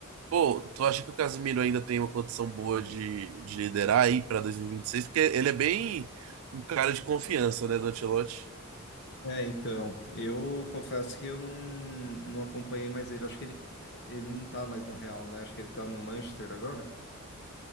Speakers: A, on the right; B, on the left.
A: Pô, tu acha que o Casemiro ainda tem uma condição boa de, de liderar aí pra 2026? Porque ele é bem um cara de confiança, né, do Ancelotti?
B: É, então, eu confesso que eu não, não acompanhei mais ele. Acho que ele, ele não tá mais no Real, né? Acho que ele tá no Manchester agora.